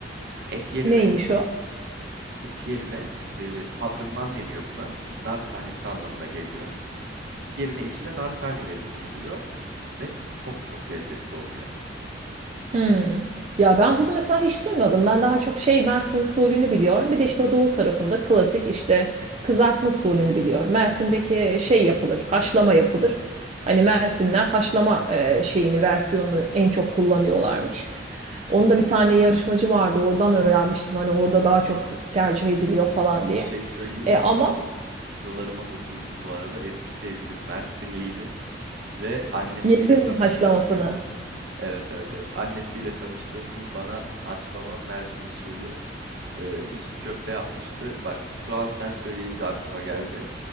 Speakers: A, on the right; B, on the right.
A: Et yerine,
B: Neymiş o?
A: et yerine e, habrımman deniyor buna. Nar tanesi anlamına geliyor. Et yerine içine nar taneleri konuluyor ve çok çok lezzetli oluyor.
B: Hmm. Ya ben bunu mesela hiç duymadım. Ben daha çok şey Mersin usulünü biliyorum. Bir de işte doğu tarafında klasik işte kızartma usulünü biliyorum. Mersin'deki şey yapılır, haşlama yapılır. Hani Mersinler haşlama e, şeyini, versiyonunu en çok kullanıyorlarmış. Onda bir tane yarışmacı vardı. Oradan öğrenmiştim. Hani orada daha çok tercih ediliyor falan diye.
A: Bir şey söyleyeyim
B: E,
A: mi?
B: ama
A: Anıl- Anılarıma dokundum bu arada. Eski sevgilim Mersinliydi ve annesiyle
B: yedin
A: tanıştığım
B: mi haşlamasını?
A: gün evet evet evet annesiyle tanıştığım gün bana haşlama Mersin usulü e, içli köfte yapmıştı. Bak şu an sen söyleyince aklıma geldi.